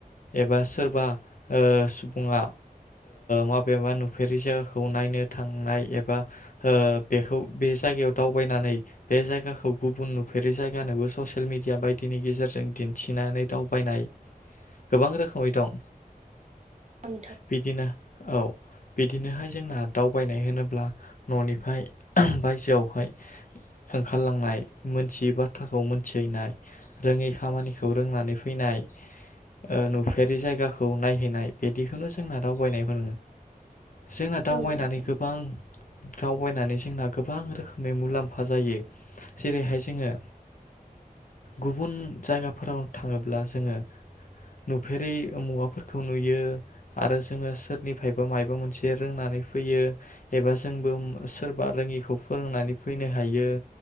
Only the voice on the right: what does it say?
नोंथां
औ
नोंथां